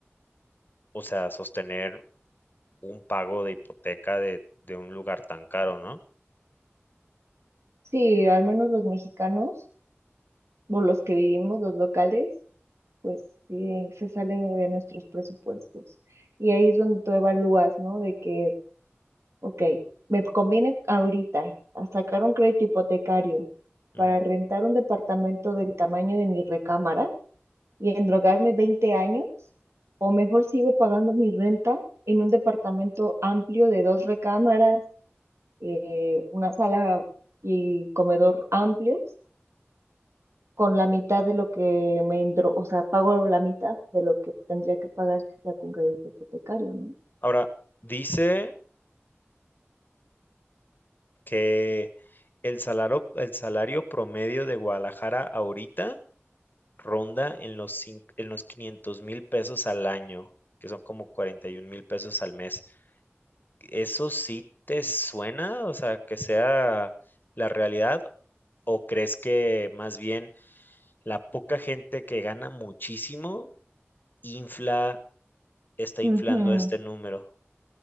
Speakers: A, on the left; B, on the right.
A: o sea, sostener un pago de hipoteca de, de un lugar tan caro, ¿no?
B: sí, al menos los mexicanos o los que vivimos, los locales. pues sí, se sale de nuestros presupuestos. Y ahí es donde tú evalúas, ¿no? De que, ok, me conviene ahorita a sacar un crédito hipotecario
A: Ujú.
B: para rentar un departamento del tamaño de mi recámara y endrogarme 20 años, o mejor sigo pagando mi renta en un departamento amplio de dos recámaras, eh, una sala y comedor amplios con la mitad de lo que me entró, o sea, pago la mitad de lo que tendría que pagar si está con crédito hipotecario, ¿no?
A: Ahora, dice que el salario, el salario promedio de Guadalajara ahorita ronda en los, cin- en los quinientos mil pesos al año, que son como 41 mil pesos al mes. ¿Eso sí te suena? O sea, que sea la realidad, o crees que más bien la poca gente que gana muchísimo infla, está
B: Ujú.
A: inflando este número?